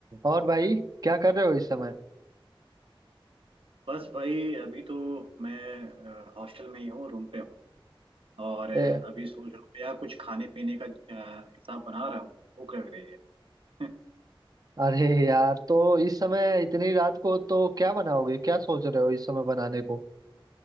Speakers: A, on the right; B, on the right.
A: और भाई क्या कर रहे हो इस समय
B: बस भाई अभी तो मैं हॉस्टल में ही हूँ रूम पे हूँ और अ,
A: ए,
B: अभी सोच रहा हूँ यार कुछ खाने पीने का अ, हिसाब बना रहा हूँ भूख लग रही है <laughs>
A: अरे यार तो इस समय इतनी रात को तो क्या बनाओगे क्या सोच रहे हो इस समय बनाने को